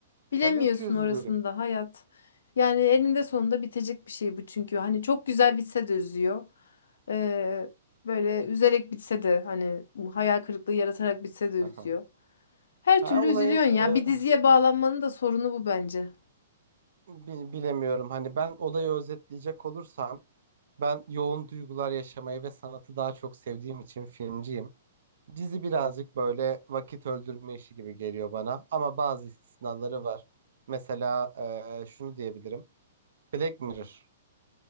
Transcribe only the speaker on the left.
Bilemiyorsun
orasında hayat. Yani eninde sonunda bitecek bir şey bu çünkü. Hani çok güzel bitse de üzüyor. Ee, böyle üzerek bitse de hani hayal kırıklığı yaratarak bitse de üzüyor.
Her
türlü
üzülüyorsun ya.
Bir diziye bağlanmanın da sorunu bu bence.